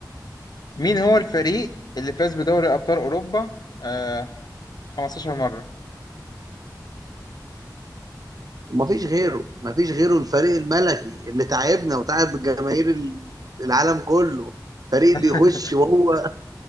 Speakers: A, on the left; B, on the right.
A: مين هو الفريق اللي فاز بدوري أبطال أوروبا آه 15 مرة
B: مفيش غيره مفيش غيره الفريق الملكي اللي تعبنا وتعب الجماهير ال- العالم كله فريق
A: <laughs>
B: بيخش وهو